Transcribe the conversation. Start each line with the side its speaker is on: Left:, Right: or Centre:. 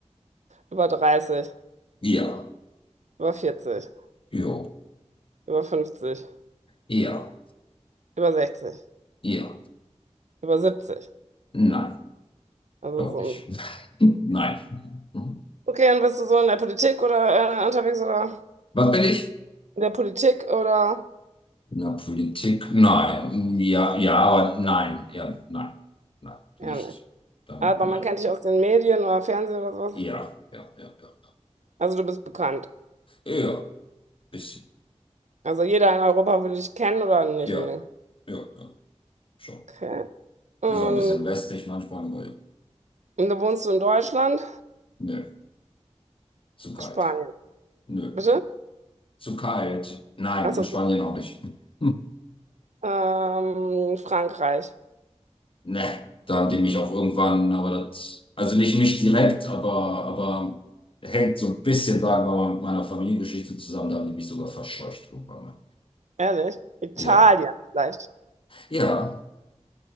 Right: über dreißig
Left: ja,
Right: über vierzig
Left: jo,
Right: über fünfzig
Left: ja,
Right: über sechzig
Left: ja,
Right: über siebzig
Left: nein,
Right: Also
Left: glaube
Right: so um
Left: ich. <laughs> Nein. Hm.
Right: Okay, und bist du so in der Politik oder äh, unterwegs oder
Left: Was bin ich?
Right: in der Politik oder
Left: Na, Politik, nein. Ja, ja, aber nein, ja, nein, nein,
Right: ja
Left: nicht.
Right: nicht.
Left: Damit
Right: Aber
Left: nein.
Right: man kennt dich aus den Medien oder Fernsehen oder sowas.
Left: Ja, ja, ja, ja.
Right: Also du bist bekannt.
Left: Ja, Bisschen.
Right: Also jeder in Europa will dich kennen oder nicht
Left: Ja,
Right: unbedingt.
Left: ja, ja, schon.
Right: Okay. Und,
Left: Ist auch ein bisschen lästig manchmal, aber ja.
Right: und da wohnst du in Deutschland?
Left: nö, zu kalt.
Right: Spanien.
Left: Nö,
Right: Bitte?
Left: zu kalt. Nein,
Right: Achso.
Left: in Spanien auch nicht. <laughs>
Right: Ähm, Frankreich.
Left: Ne, da haben die mich auch irgendwann, aber das, also nicht mich direkt, aber, aber hängt so ein bisschen, sagen wir mal, mit meiner Familiengeschichte zusammen, da haben die mich sogar verscheucht irgendwann mal.
Right: Ehrlich? Italien
Left: Ja,
Right: vielleicht.
Left: ja,